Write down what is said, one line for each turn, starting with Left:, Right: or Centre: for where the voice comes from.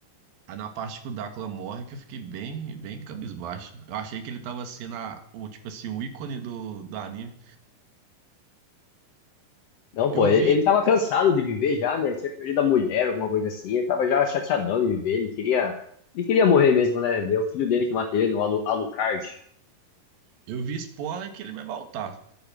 Right: Aí na parte que o Dacla morre, que eu fiquei bem, bem cabisbaixo. Eu achei que ele tava sendo a- o, tipo assim, o ícone do, do anime.
Left: Não, pô,
Right: Eu
Left: ele
Right: vi,
Left: ele tava cansado de viver já, né? tinha perdido a mulher, alguma coisa assim. Ele tava já chateadão de viver. Ele queria, ele queria morrer mesmo, né? É o filho dele que mata ele, né? o Alu- Alucard.
Right: eu vi spoiler que ele vai voltar.